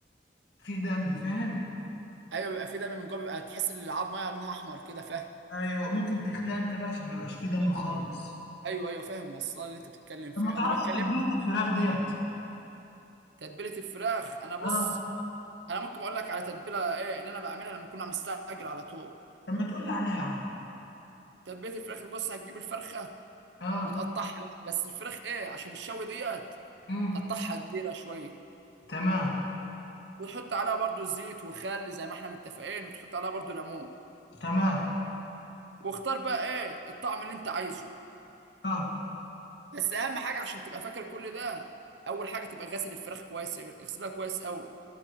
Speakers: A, on the left; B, on the right.
A: فيه دم فاهم
B: ايوه بيبقى في دم من جوه بيبقى تحس ان العظم ميه لونها احمر كده فاهم
A: ايوه ممكن تخليها انت بقى عشان ما يبقاش فيه دم خالص
B: ايوه ايوه فاهم وصل اللي انت بتتكلم فيه
A: طب ما تعرفش
B: انا بتكلم
A: تتبيلة الفراخ ديت
B: تتبيله الفراخ انا بص
A: اه
B: انا ممكن اقول لك على تتبيله ايه اللي انا بعملها لما اكون مستعجل على طول
A: طب ما تقول لي عليها يا عم
B: تتبيله الفراخ بص هتجيب الفرخه
A: اه
B: وتقطعها بقى بس الفراخ ايه عشان الشوي ديت
A: امم
B: قطعها كبيره شويه
A: تمام
B: وتحط عليها برضو زيت وخل زي ما احنا متفقين وتحط عليها برضو ليمون
A: تمام
B: واختار بقى ايه الطعم اللي انت عايزه
A: اه
B: بس اهم حاجه عشان تبقى فاكر كل ده اول حاجه تبقى غاسل الفراخ كويس اغسلها كويس قوي